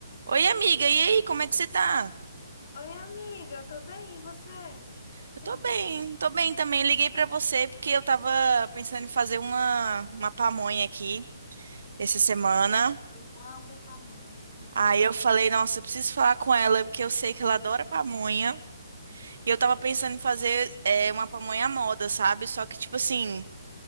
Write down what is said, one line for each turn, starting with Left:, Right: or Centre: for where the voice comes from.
Right: Oi, amiga, e aí, como é que você tá?
Left: Oi, amiga, tô bem, e você? O que que
Right: Eu
Left: você
Right: tô
Left: me
Right: bem,
Left: conta?
Right: tô bem também. Liguei pra você porque eu tava pensando em fazer uma, uma pamonha aqui essa semana.
Left: Nossa, eu amo pamonha, meu Deus.
Right: Aí eu falei, nossa, eu preciso falar com ela porque eu sei que ela adora pamonha. E eu tava pensando em fazer é, uma pamonha à moda, sabe? Só que, tipo assim, o